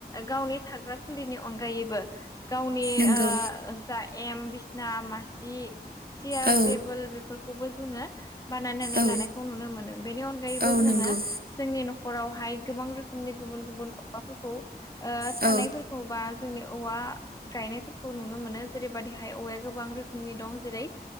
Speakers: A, on the left; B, on the right.
A: गावनि थाग्रा खुलिनि अनगायैबो गावनि
B: नंगौ
A: जा एम बिसना मासि सियार
B: औ
A: टेबोल बेफोरखौबो जोङो बानायनानै
B: औ
A: लानायखौ नुनो मोनो बेनि अनगायैबो
B: औ
A: जोङो
B: नंगौ
A: जोंनि न'खरावहाय गोबां रोखोमनि गुबुन गुबुन मुवाफोरखौ
B: औ
A: थानायफोरखौ बा जोंनि औवा गायनायफोरखौ नुनो मोनो जेरैबायदिहाय औवाया गोबां रोखोमनि दं जेरै